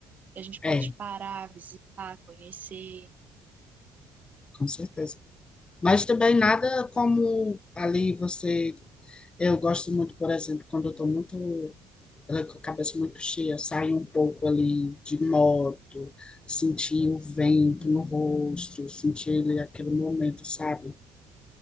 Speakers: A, on the right (about 35°); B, on the left (about 20°).
A: Que a gente
B: É,
A: pode parar, visitar, conhecer.
B: com certeza. Mas também nada como ali você. Eu gosto muito, por exemplo, quando eu estou muito ela com a cabeça muito cheia, sair um pouco ali de moto, sentir o vento
A: Hum,
B: no rosto, sentir ele aquele momento, sabe?